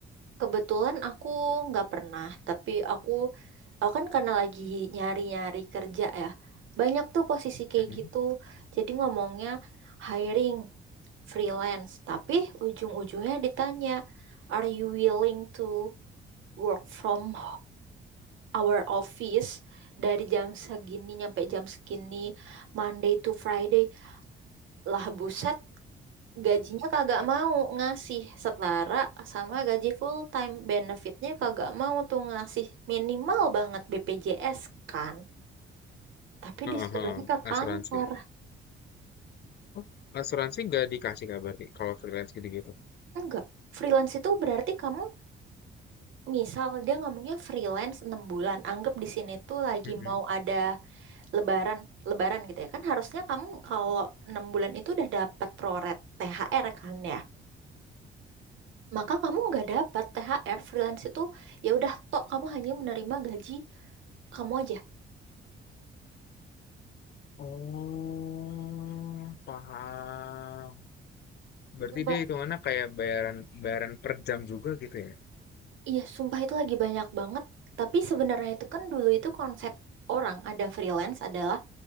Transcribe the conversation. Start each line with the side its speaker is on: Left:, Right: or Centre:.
Right: Kebetulan aku nggak pernah, tapi aku aku kan karena lagi nyari-nyari kerja ya. Banyak tuh posisi kayak
Left: Mhm.
Right: gitu. Jadi ngomongnya hiring, freelance, tapi ujung-ujungnya ditanya, "Are you willing to work from our office dari jam segini nyampe jam segini, Monday to Friday?" Lah buset, gajinya kagak mau ngasih setara sama gaji full time benefitnya kagak mau tuh ngasih minimal banget BPJS kan tapi
Left: Heeh,
Right: disuruhnya
Left: heeh.
Right: ke kantor
Left: Asuransi. Oh, asuransi nggak dikasih kabar berarti kalau freelance gitu-gitu.
Right: enggak freelance itu berarti kamu misal dia ngomongnya freelance enam bulan anggap di sini tuh lagi
Left: Mm-mm.
Right: mau ada lebaran lebaran gitu ya kan harusnya kamu kalau 6 bulan itu udah dapat proret THR kan ya maka kamu nggak dapat THR freelance itu ya udah tok kamu hanya menerima gaji kamu aja
Left: Oh, paham. Berarti
Right: Sumpah.
Left: dia hitungannya kayak bayaran bayaran per jam juga gitu ya?
Right: Iya, sumpah itu lagi banyak banget. Tapi sebenarnya itu kan dulu itu konsep orang ada freelance adalah